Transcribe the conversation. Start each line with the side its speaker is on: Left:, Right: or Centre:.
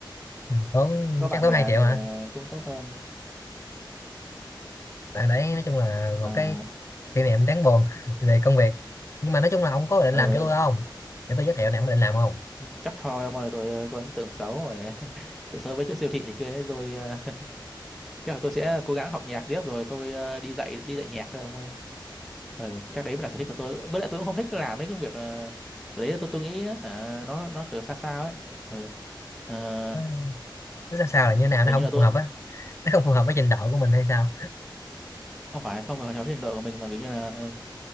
Left: ừ, tốn
Centre: có bạn
Left: chắc tốn
Centre: bè
Left: 2 triệu
Centre: thì
Left: hả
Centre: ờ, cũng tốt hơn
Left: tại đấy nói chung là một
Centre: mà
Left: cái kỷ niệm đáng buồn về công việc nhưng mà nói chung là ông có định
Centre: ờ,
Left: làm cho tôi không để tôi giới thiệu nè ông định làm không
Centre: chắc thôi ông ơi tôi ờ, có ấn tượng xấu rồi <laughs> tự sớm với chỗ siêu thị này kia đấy tôi ờ, <laughs> chắc là tôi sẽ cố gắng học nhạc tiếp rồi tôi ờ, đi dạy đi dạy nhạc thôi ông ơi ừ, chắc đấy mới là sở thích của tôi với lại tôi cũng không thích làm mấy cái việc ờ, cái đấy tôi tôi nghĩ á, hả nó nó kiểu xa sao ấy ừ. ờ,
Left: nó nó ra sao là như nào nó
Centre: kiểu
Left: không
Centre: như là
Left: phù
Centre: tôi
Left: hợp á nó không phù hợp với trình độ của mình hay sao
Centre: không phải không phải trong trình độ của mình mà kiểu như là ờ,